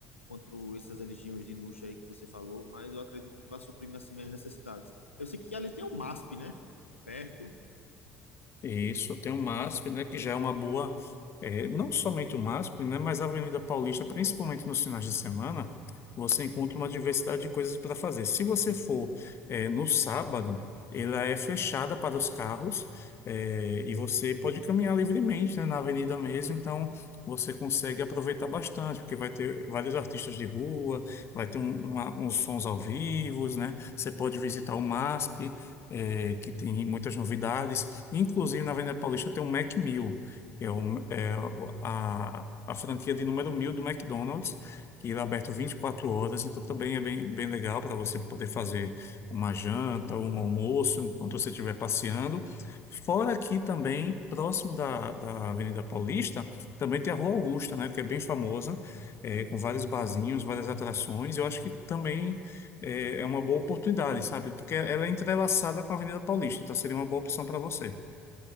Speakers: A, on the left; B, on the left.
A: quanto essas religiões de luxo aí que você falou, mas eu acredito que vai suprir assim minhas necessidades. Eu sei que ali tem o MASP, né? Perto.
B: Isso, tem o MASP, né, que já é uma boa, eh, não somente o MASP, né, mas a Avenida Paulista, principalmente nos finais de semana, você encontra uma diversidade de coisas para fazer. Se você for, eh, no sábado, ela é fechada para os carros, eh, e você pode caminhar livremente, né, na avenida mesmo, então você consegue aproveitar bastante, porque vai ter vários artistas de rua, vai ter um- uma- uns sons ao vivo, né, você pode visitar o MASP, eh, que tem muitas novidades. Inclusive, na Avenida Paulista tem o Mac 1000, que é, o, é o- a, a franquia de número 1000 do McDonald's, que ele é aberto 24 horas, então também é bem, bem legal para você poder fazer uma janta, um almoço, enquanto você estiver passeando. Fora aqui também, próximo da, da Avenida Paulista, também tem a Rua Augusta, né, que é bem famosa, é, com vários barzinhos, várias atrações. Eu acho que também é, é uma boa oportunidade, sabe? Porque ela é entrelaçada com a Avenida Paulista, então seria uma boa opção para você.